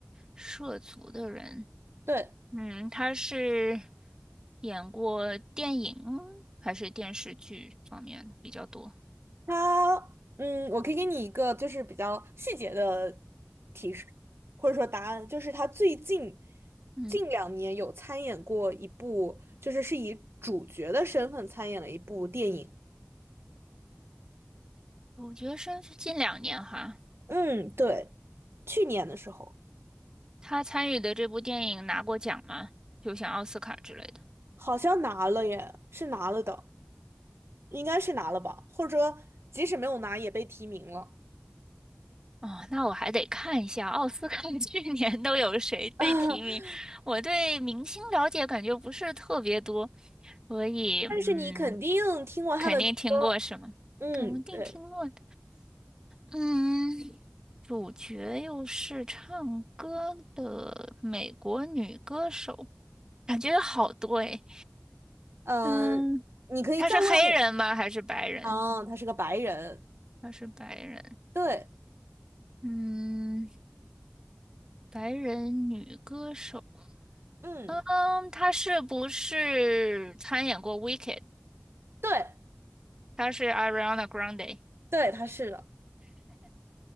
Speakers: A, on the right; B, on the right.
A: 涉足的人。
B: 对，
A: 嗯，他是演过电影还是电视剧方面的比较多？
B: 他，嗯，我可以给你一个就是比较细节的提示，或者说答案，就是他最近
A: 嗯，
B: 近两年有参演过一部，就是是以主角的身份参演了一部电影。
A: 主角身是近两年哈，
B: 嗯，对，去年的时候
A: 他参与的这部电影拿过奖吗？就像奥斯卡之类的。
B: 好像拿了耶，是拿了的，应该是拿了吧，或者说即使没有拿也被提名了。
A: 哦，那我还得看一下奥斯卡 <laughs> 去年都有谁被提名。
B: <laughs>
A: 我对明星了解感觉不是特别多，所以嗯，
B: 但是你肯定听过他的歌，
A: 肯定听过是吗？
B: 嗯，
A: 肯定听过的。
B: 对，
A: 嗯，主角又是唱歌的美国女歌手，感觉有好多诶。
B: 呃，
A: 嗯，
B: 你可以再问我。
A: 她是黑人吗？还是白人？
B: 啊，他是个白人，
A: 她是白人。
B: 对，
A: 嗯，白人女歌手。
B: 嗯，
A: 嗯，她是不是参演过《Wicked》？
B: 对，
A: 她是 Ariana Grande。
B: 对，他是的，